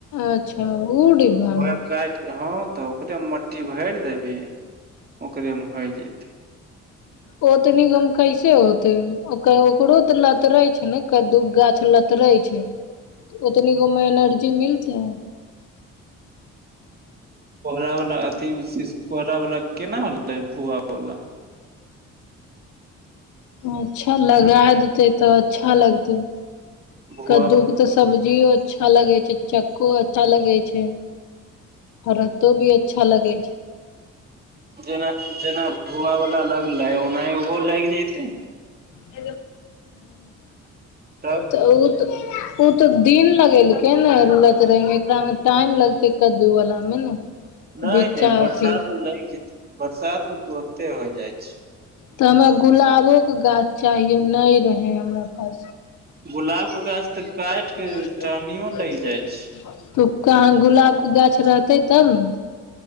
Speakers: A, on the left (about 75°); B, on the right (about 30°).
A: अच्छा उ डिब्बा
B: ओकरा
A: मे
B: काट ह तऽ ओकरे मट्टी भरि देबही ओकरे में होई जेतै
A: ओतनि गो में कैसे होतै ओकरो ते लतरै छै ने कदु गाछ लतरै छै ओतनी गोमे एनर्जी मिलतै
B: कोहरा बला अथी शि कोहरा बाला केना होलै भुआ वाला
A: अच्छा लगाय देतै तऽ अच्छा लगतै
B: भुआ
A: कद्दू
B: वाला
A: के तऽ सब्जियो अच्छा लगै छै चक्को अच्छा लगै छै रतो भी अच्छा लगै छै
B: जेना जेना भुआवला लागलै ओना उहो लागि जेतै
A: ह
B: तब
A: तऽ ओ तऽ ओ तऽ दिन लगेलकै ने लतड़े मे एकरा मे टाइम लगते कद्दू वला मे ने
B: नाय
A: बिच्चा
B: नाय बरसात
A: अथी
B: लागि जेते बरसात में तुरते हो जाय छै
A: तऽ हमरा गुलाबो के गाछ चाहिए नहि रहे हमरा
B: गुलाब के गाछ तऽ काटि
A: <unintelligible>
B: के टहनियो लागि जाइ छै
A: ठीक कहाँ गुलाबके गाछ रहतै तब ने